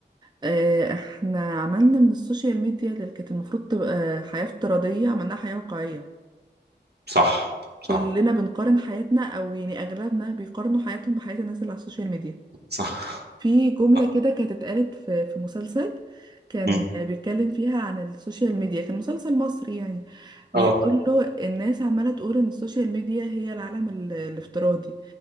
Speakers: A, on the right (about 25°); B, on the right (about 60°).
A: آه، احنا عملنا من السوشيال ميديا اللي كانت المفروض تبقى حياة افتراضية عملناها حياة واقعية
B: صح صح
A: كلنا بنقارن حياتنا أو يعني أغلبنا بيقارنوا حياتهم بحياة الناس اللي على السوشيال ميديا
B: صح
A: في جملة
B: صح
A: كده كانت اتقالت في في مسلسل كان
B: مم،
A: بيتكلم فيها عن السوشيال ميديا كان مسلسل مصري يعني بيقول
B: اه
A: له الناس عمالة تقول ان السوشيال ميديا هي العالم ال- الافتراضي